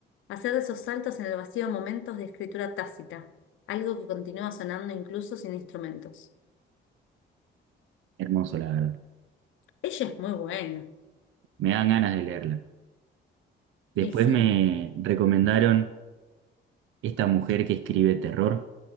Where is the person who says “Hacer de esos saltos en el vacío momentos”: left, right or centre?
Left